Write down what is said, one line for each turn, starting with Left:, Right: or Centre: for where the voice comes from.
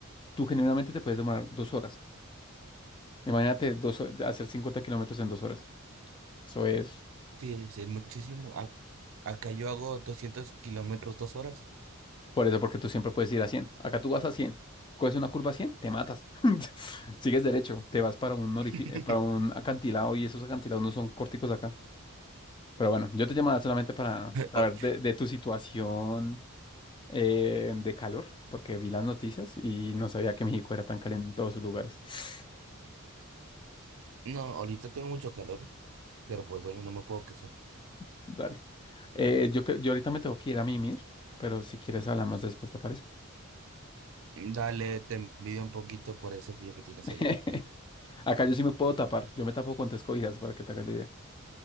Left: tú generalmente te puedes demorar dos horas. Imagínate dos, ho- hacer 50 kilómetros en dos horas. Eso es
Right: Sí, sí, es muchísimo. Ac- Acá yo hago 200 kilómetros, dos horas.
Left: por eso, porque tú siempre puedes ir a cien Acá tú vas a cien Coges una curva a cien te matas. <laughs> Sigues derecho, te vas para un orifi-
Right: <laughs>
Left: eh, para un acantilado y esos acantilados no son corticos acá. Pero bueno, yo te llamaba solamente para saber
Right: O-
Left: de, de tu situación eh, de calor, porque vi las noticias y no sabía que México era tan caliente en todos sus lugares. <laughs>
Right: No, ahorita tengo mucho calor, pero pues bueno, no me puedo quejar.
Left: <sniffs> Dale. Eh, yo, cre- yo ahorita me tengo que ir a mimir, pero si quieres hablamos después, ¿te parece?
Right: Dale, te envidio un poquito por ese frío que tienes
Left: <laughs>
Right: allá. Mm.
Left: Acá yo sí me puedo tapar. Yo me tapo con tres cobijas para que te hagas la idea.